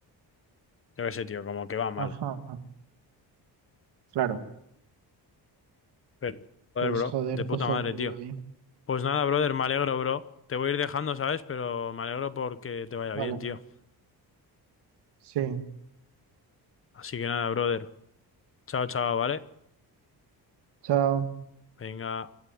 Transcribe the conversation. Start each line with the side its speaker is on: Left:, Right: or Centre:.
Left: Yo qué sé, tío, como que va mal.
Right: Ajá. Claro.
Left: Pero, joder,
Right: Pues
Left: bro,
Right: joder,
Left: de
Right: todo
Left: puta madre,
Right: jodido
Left: tío.
Right: ahí.
Left: Pues nada, brother, me alegro, bro. Te voy a ir dejando, ¿sabes? Pero me alegro porque te vaya
Right: Vale.
Left: bien, tío.
Right: Sí.
Left: Así que nada, brother. Chao, chao, ¿vale?
Right: Chao.
Left: Venga.